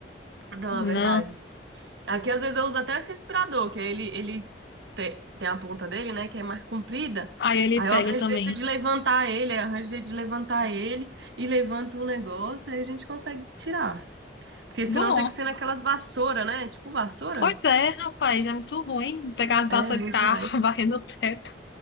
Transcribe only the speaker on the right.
não,
é verdade. Aqui às vezes eu uso até esse aspirador, que aí ele, ele te- tem a ponta dele, né, que é mais comprida.
Aí
eu arranjo
jeito de levantar ele, aí eu arranjo jeito de levantar ele e levanto o negócio, aí a gente consegue tirar. Porque
senão tem que ser naquelas vassoura, né? É Tipo vassoura?
É, é ruim
demais.